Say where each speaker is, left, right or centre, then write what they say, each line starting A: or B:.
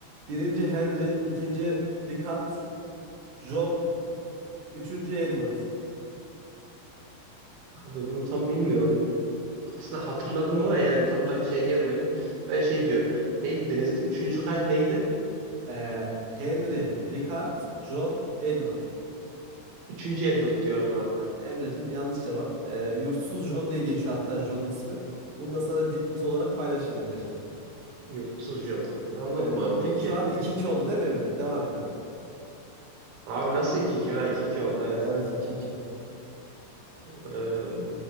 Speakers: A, on the right (about 50°); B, on the right (about 80°).
A: Birinci Henry, ikinci Richard, John, üçüncü Edward.
B: Abi bunu tam bilmiyorum. Aslında hatırladım ama yani tam da şey gelmedi. Ben şey diyorum. Neydi denizde? Üçüncü kalp neydi?
A: Ee, Henry, Richard, John, Edward.
B: Üçüncü Edward diyorum abi ben.
A: Emre'cim yanlış cevap. Ee, yurtsuz John diye geçiyor hatta John'un ismi. Bunu da sana dipnot olarak paylaşayım Emre'cim.
B: Yurtsuz John. Anladım
A: Evet.
B: abi.
A: iki-
B: Peki.
A: şu an iki iki oldu değil mi Emre? Devam et hadi.
B: Abi nasıl iki iki Ha iki iki oldu evet.
A: Evet iki iki.
B: Ee,